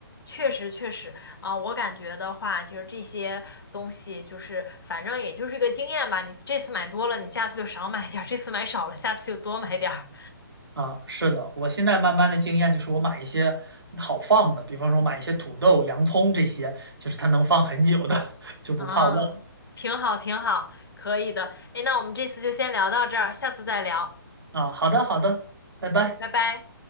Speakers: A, on the left; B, on the right.
A: 确实确实啊，我感觉的话，就是这些东西就是反正也就是一个经验吧。你这次买多了，你下次就少买点儿；这次买少了，下次就多买点儿。
B: 啊。是的，我现在慢慢的经验就是我买一些好放的，比方说我买一些土豆、洋葱这些，就是它能放很久的，<laughs> 就不怕忘。
A: 啊，挺好挺好，可以的。哎，那我们这次就先聊到这儿，下次再聊。
B: 啊，好的好的，拜拜。
A: 嗯，拜拜。